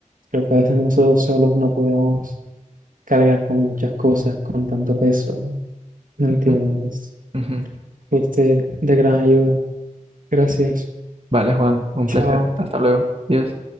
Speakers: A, on the right (about 85°); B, on the right (about 45°).
A: Creo que a veces nosotros solos no podemos cargar con muchas cosas, con tanto peso. ¿Me
B: Ujú,
A: entiendes?
B: ujú.
A: Fuiste de gran ayuda. Gracias.
B: Vale, Juan, un
A: Chao.
B: placer. Hasta luego. Adiós.